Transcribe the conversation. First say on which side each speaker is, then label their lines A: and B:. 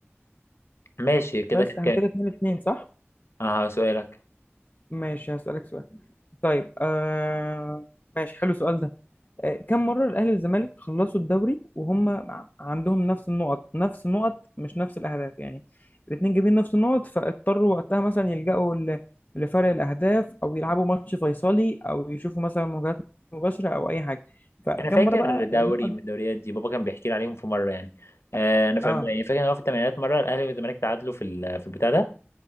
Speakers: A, on the left; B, on the left.
A: ماشي كده
B: بس
A: كان
B: احنا
A: كام
B: كده 2 2 صح
A: اه سؤالك
B: ماشي هسألك سؤال طيب آه ماشي حلو السؤال ده آه كم مرة الأهلي والزمالك خلصوا الدوري وهم ع- عندهم نفس النقط نفس النقط مش نفس الأهداف يعني الاتنين جايبين نفس النقط فاضطروا وقتها مثلا يلجأوا ل- لفرق الأهداف أو يلعبوا ماتش فيصلي أو يشوفوا مثلا مواجهات مباشرة أو أي حاجة فكم
A: انا فاكر
B: مرة بقى
A: دوري
B: النقط
A: من الدوريات دي بابا كان بيحكي لي عليهم في مره يعني آه انا فا-
B: اه
A: يعني فاكر ان هو في الثمانينات مره الاهلي والزمالك تعادلوا في ال- في البتاع ده